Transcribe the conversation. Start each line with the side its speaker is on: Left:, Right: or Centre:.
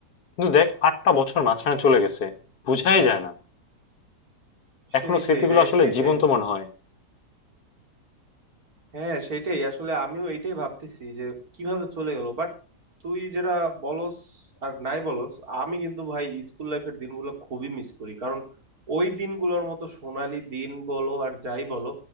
Left: কিন্তু দেখ আটটা বছর মাঝখানে চলে গেছে বুঝাই যায় না
Right: সেইটাই
Left: এখনো স্মৃতিগুলো
Right: রে
Left: আসলে
Right: সেইটাই
Left: জীবন্ত মনে হয়
Right: হ্যাঁ সেটাই আসলে আমিও এটাই ভাবতেছি যে কিভাবে চলে গেল বাট তুই যেটা বলস আর নাই বলস আমি কিন্তু ভাই স্কুল লাইফের দিনগুলো খুবই মিস করি কারণ ওই দিনগুলোর মতো সোনালি দিন বলো আর যাই বলো